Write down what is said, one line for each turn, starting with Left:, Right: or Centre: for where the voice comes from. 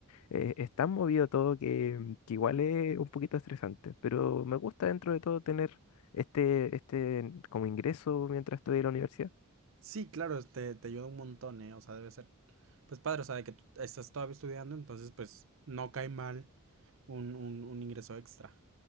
Left: eh, es tan movido todo que, que igual es un poquito estresante, pero me gusta dentro de todo tener este, este como ingreso mientras estoy en la universidad.
Right: Sí, claro, te, te ayuda un montón, ¿eh? O sea, debe ser, pues padre, o sea, de que tú estás todavía estudiando, entonces pues no cae mal un, un, un ingreso extra.